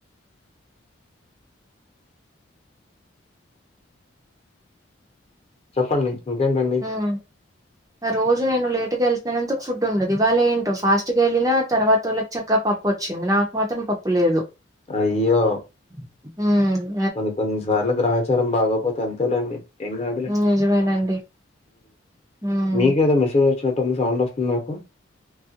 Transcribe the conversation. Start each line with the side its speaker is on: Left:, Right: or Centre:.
Left: చెప్పండి ఇంకేంటండి
Right: హ్మ్. రోజు నేను లేటుగా వెళ్తున్నానందుకు ఫుడ్ ఉండదు ఇవాళ ఏంటో ఫాస్ట్ గా వెళ్ళినా తర్వాత వాళ్ళకి చక్కగా పప్పు వచ్చింది నాకు మాత్రం పప్పు లేదు
Left: అయ్యో
Right: ఉమ్
Left: మన కి కొన్ని సార్లు గ్రహాచారం బాగొకపోతే అంతేలేండి ఎంకాదులే
Right: నిజమేనండి. హ్మ్
Left: మీకేదో మెసేజ్ వచ్చినట్టుంది సౌండ్ వస్తుంది నాకు